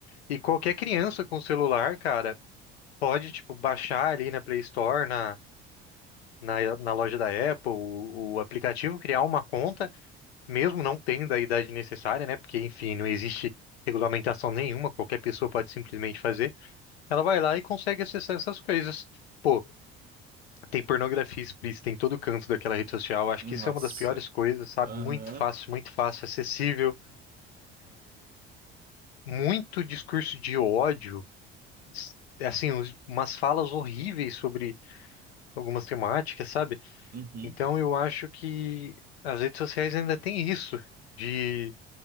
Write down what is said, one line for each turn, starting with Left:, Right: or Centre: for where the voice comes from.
Left: E qualquer criança com celular, cara, pode, tipo, baixar ali na Play Store, na, na, na loja da Apple, o, o aplicativo, criar uma conta, mesmo não tendo a idade necessária, né? Porque, enfim, não existe regulamentação nenhuma, qualquer pessoa pode simplesmente fazer. Ela vai lá e consegue acessar essas coisas. Pô, Tem pornografia explícita em todo canto daquela rede social. Acho
Right: Nossa.
Left: que isso é uma das piores coisas, sabe?
Right: Aham.
Left: Muito fácil, muito fácil, acessível. Muito discurso de ódio. s- Assim, uns- umas falas horríveis sobre algumas temáticas, sabe?
Right: Uhum.
Left: Então eu acho que as redes sociais ainda têm isso, de